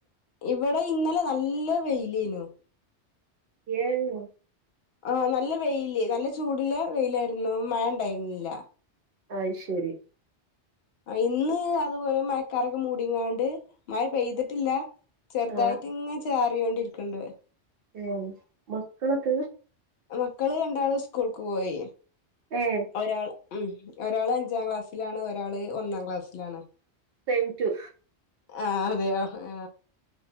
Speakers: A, on the left; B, on the right.
A: ഇവിടെ ഇന്നലെ നല്ല വെയിൽ ഏനു.
B: ഏന്നോ?
A: ആ നല്ല വെയിൽ. നല്ല ചൂടുള്ള വെയിൽ ആയ്രുന്നു. അപ്പ മഴ ഉണ്ടായിരുന്നില്ല.
B: അഹ്ശരി.
A: ഇന്ന് അതുപോലെ മഴക്കാർക്കെ മൂടിങ്ങാണ്ട് മഴ പെയ്തിട്ടില്ല. ചെറുതായിട്ട്
B: ആഹ്
A: ഇങ്ങനെ ചാറ്യോണ്ട് ര് ക്ക്ണ്ട്.
B: ഏഹ് മക്കളൊക്കെ
A: മക്കൾ രണ്ടാളും സ്കൂൾക്ക് പോയി
B: ഏഹ്
A: ഒരാൾ മ്മ് ഒരാൾ അഞ്ചാം ക്ലാസ്സിൽ ആണ്. ഒരാൾ ഒന്നാം ക്ലാസ്സിൽ ആണ്.
B: Same too.
A: ആഹ് അതിയോ ആ.